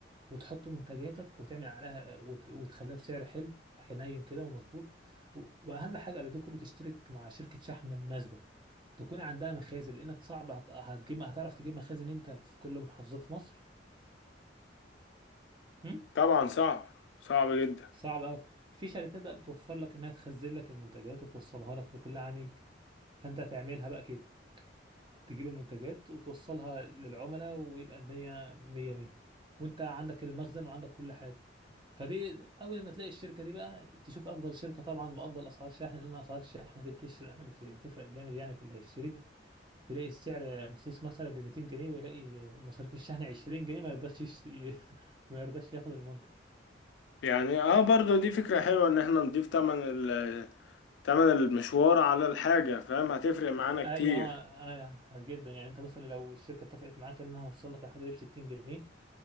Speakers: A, on the right; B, on the left.
A: وتحط منتجاتك وتعمل عليها وت- وتخليها بسعر حلو حنين كده ومظبوط و- واهم حاجه قبل ده كله تشترك مع شركه شحن مناسبه تكون عندها مخازن لانك صعب هت- هتجيب هتعرف تجيب مخازن انت في كل محافظات مصر هم؟
B: طبعا صعب صعب جدا
A: صعب قوي في شركات بقى بتوفر لك انها تخزن لك المنتجات وتوصلها لك لكل عميل فانت هتعملها بقى كده تجيب المنتجات وتوصلها للعملاء ويبقى الدنيا مية مية وانت عندك المخزن وعندك كل حاجة فدي اول ما تلاقي الشركة دي بقى تشوف افضل شركة طبعا بافضل اسعار شحن لان اسعار الشحن دي بتفرق بت- بتفرق جامد يعني في اللي هيشتري تلاقي السعر رخيص مثلا ب 200 جنيه ويلاقي مصاريف الشحن 20 جنيه ما يرضاش يشت... <laughs> ما يرضاش ياخد المنتج
B: يعني اه برضو دي فكرة حلوة ان احنا نضيف تمن ال تمن المشوار على الحاجة فاهم هتفرق معانا
A: ايوه
B: كتير
A: آه، آه، جدا يعني انت مثلا لو الشركه اتفقت معاك انها هوصل لك الحاجه دي ب 60 جنيه